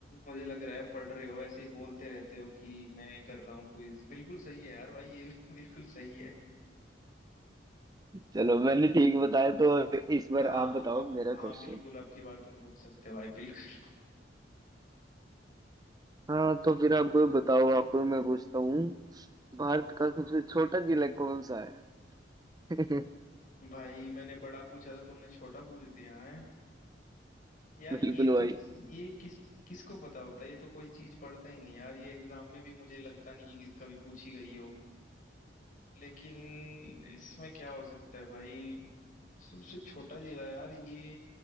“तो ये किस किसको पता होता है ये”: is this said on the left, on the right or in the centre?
Left